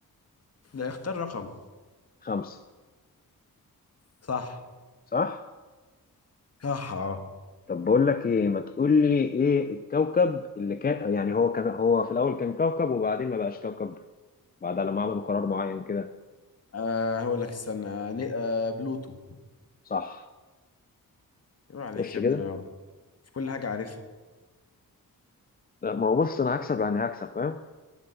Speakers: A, on the left; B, on the left.
A: لا اختار رقم
B: خمسة
A: صح
B: صح
A: صح اه
B: طب بقول لك ايه ما تقول لي ايه الكوكب اللي كان يعني هو كان هو في الاول كان كوكب وبعدين ما بقاش كوكب بعد لما عملوا قرار معين كده
A: آه، هقول لك استنى آه، ن- آه، بلوتو
B: صح
A: ايه عليك
B: خش
A: يا
B: كده
A: ابني انا في كل حاجة عارفها
B: لا ما هو بص انا هكسب يعني هكسب فاهم